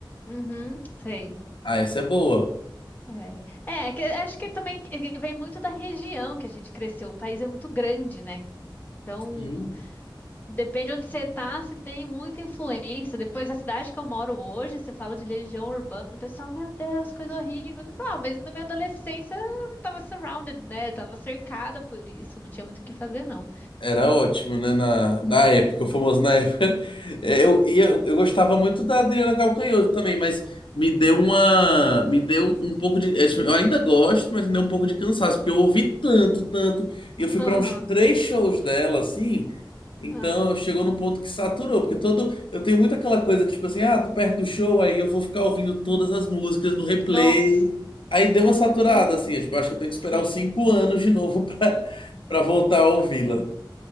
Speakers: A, on the left; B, on the left.
A: Uhum, sei.
B: Ah, essa é boa.
A: É, é é que, acho que também ele vem muito da região que a gente cresceu. O país é muito grande, né? Então,
B: Sim.
A: depende onde você tá, se tem muita influência. Depois, a cidade que eu moro hoje, você fala de legião urbana, o pessoal, meu Deus, coisa horrível. Eu falo, ah, mas na minha adolescência eu tava surrounded, né? Eu tava cercada por isso, não tinha muito o que fazer, não.
B: Era ótimo, né? Na, na
A: É.
B: época, o famoso na época. <laughs> É, Eu, e eu, eu gostava muito da Adriana Calcanhoto também, mas me deu uma. Me deu um pouco de. é, tipo, Eu ainda gosto, mas me deu um pouco de cansaço, porque eu ouvi tanto, tanto. E eu fui
A: Aham.
B: para uns três shows dela, assim. Então
A: ah.
B: chegou no ponto que saturou, porque todo. Eu tenho muito aquela coisa que, tipo assim, ah, tô perto do show, aí eu vou ficar ouvindo todas as músicas no replay.
A: Nossa.
B: Aí deu
A: Uhum.
B: uma saturada, assim, eu, tipo, acho que eu tenho que
A: Sim.
B: esperar uns cinco anos de novo <laughs> pra, pra voltar a ouvi-la.